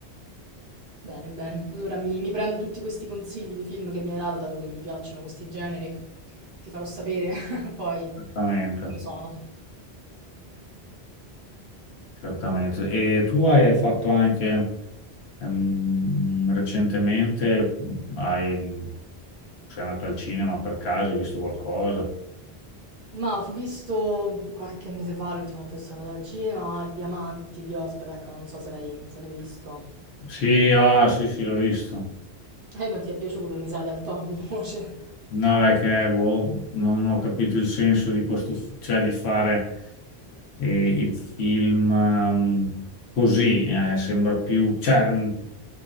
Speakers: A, on the right (about 60°); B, on the left (about 80°).
A: Bene, bene. Allora mi mi prendo tutti questi consigli di film che mi hai dato, dato che mi piacciono questi generi, ti farò sapere <laughs> poi
B: Certamente,
A: come sono.
B: certamente. E tu hai fatto anche ehm, recentemente, hai, sei andato al cinema per caso, hai visto qualcosa?
A: Ma ho visto qualche mese fa, l'ultima volta che sono andata al cinema, Diamanti di Ospetek, non so se l'hai se l'hai visto.
B: Sì, ah, sì, sì, l'ho visto.
A: E non ti è piaciuto, mi sa, dal tono di voce.
B: No, è che boh, non ho capito il senso di questo, fi- cioè di fare eh, il film ehm, così, eh, sembra più, cioè, mh,